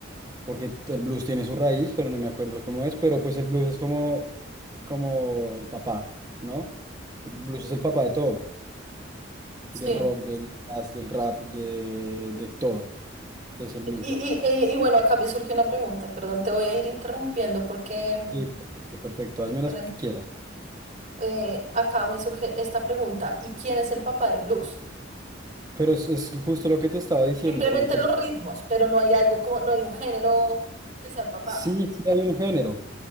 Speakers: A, on the right; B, on the right.
A: porque el blues tiene su raíz, pero no me acuerdo cómo es, pero pues el blues es como, como el papá, ¿no? El blues es el papá de todo
B: Sí.
A: del rock, del jazz, del rap, de, de todo. Es el
B: Y,
A: blues.
B: y, y- y bueno, acá me surge una pregunta, perdón, te voy a ir interrumpiendo porque mm,
A: Sí, perfecto, perfecto. Hazme
B: perdón,
A: las que quieras.
B: eh, acá me surge esta pregunta. ¿Y quién es el papá del blues?
A: Pero es, es justo lo que te estaba diciendo,
B: Simplemente
A: como que
B: los
A: es-
B: ritmos, pero no hay algo como, no hay un género que sea el papá.
A: sí, sí hay un género.